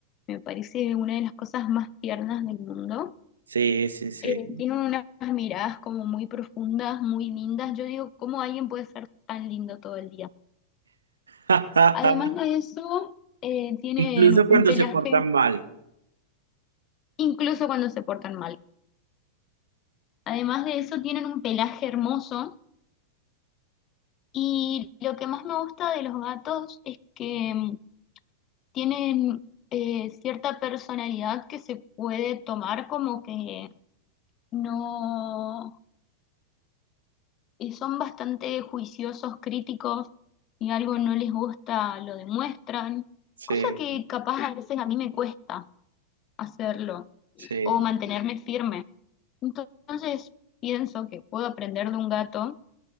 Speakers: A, on the left (about 35°); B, on the right (about 85°).
A: me parece una de las cosas más tiernas del mundo.
B: Sí, sí, sí.
A: Eh, tienen unas miradas como muy profundas, muy lindas. Yo digo, ¿cómo alguien puede ser tan lindo todo el día?
B: <laughs>
A: Además de eso, eh, tienen
B: Incluso cuando
A: un pelaje,
B: se portan mal.
A: incluso cuando se portan mal. Además de eso, tienen un pelaje hermoso. Y lo que más me gusta de los gatos es que mm, tienen eh, cierta personalidad que se puede tomar como que no eh, son bastante juiciosos, críticos, y algo no les gusta, lo demuestran,
B: Sí,
A: cosa que capaz a veces a mí me cuesta hacerlo
B: sí.
A: o mantenerme firme. Entonces pienso que puedo aprender de un gato